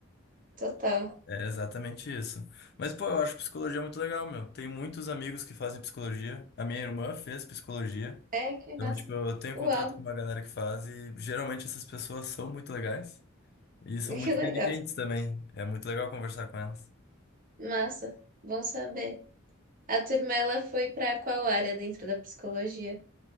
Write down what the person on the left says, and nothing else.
É exatamente isso. Mas, pô, eu acho psicologia muito legal, meu. Tem muitos amigos que fazem psicologia. A minha irmã fez psicologia.
Então,
tipo, eu tenho
contato com uma galera que faz e geralmente essas pessoas são muito legais e são
muito
inteligentes também. É muito legal conversar com elas.